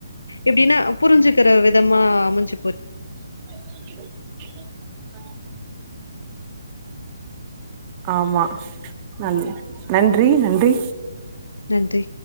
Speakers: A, on the left; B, on the right.
A: எப்டினா புரிஞ்சுக்கிற விதமா அமஞ்சு
B: <inaudible> ஆமா நல் நன்றி நன்றி
A: நன்றி